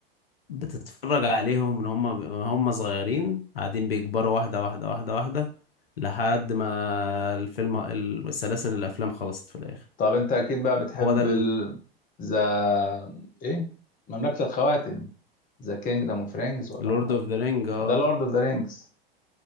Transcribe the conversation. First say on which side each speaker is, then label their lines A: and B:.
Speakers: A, on the left (about 70°); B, on the left (about 25°).
A: بتتفرج عليهم ان هم هم صغيرين قاعدين بيكبروا واحده واحده واحده واحده لحد ما الفيلم السلاسل الافلام خلصت في الاخر
B: طب أنت أكيد بقى بتحب
A: هو ده
B: ال ذا إيه مملكة الخواتم ذا كينجدم أوف رينجز ولا
A: لورد
B: ما أعرفش
A: اوف ذا رينج اه
B: ذا لورد أوف ذا رينجز